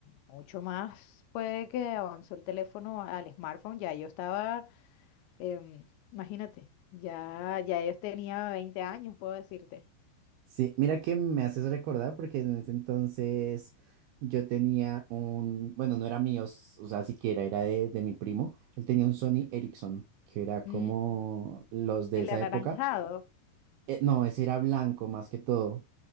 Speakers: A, on the left (about 85°); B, on the right (about 85°).
A: mucho más fue que avanzó el teléfono al smartphone, ya yo estaba, em, imagínate, ya, ya yo tenía 20 años, puedo decirte.
B: sí, mira que me haces recordar porque en ese entonces yo tenía un, bueno, no era mío, s- o sea, siquiera era de, de mi primo, él tenía un Sony Ericsson, que era como
A: Mm,
B: los de
A: el
B: esa
A: anaranjado.
B: época. Eh, no, ese era blanco más que todo